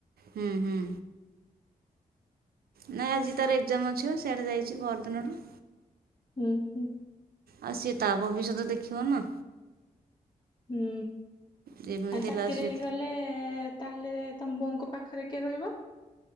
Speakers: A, on the right; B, on the left.
A: ହୁଁ ହୁଁ। ନାଇଁ ଆଜି ତାର ଏକ୍ଜାମ୍ ଅଛିିବା ସେଇଆଡ଼େ ଯାଇଛି ପରଦିନରୁ।
B: ହୁଁ ହୁଁ।
A: ଆଉ ସିଏ ତା ଭବିଷ୍ୟତ ଦେଖିବ ନା।
B: ହୁଁ
A: ଯେମିତି
B: ଆଉ ଚାକିରି
A: ହେଲା ସିଏ
B: ହେଇଗଲେ ତା ହେଲେ ତମ ବୋଉଙ୍କ ପାଖରେ କିଏ ରହିବ?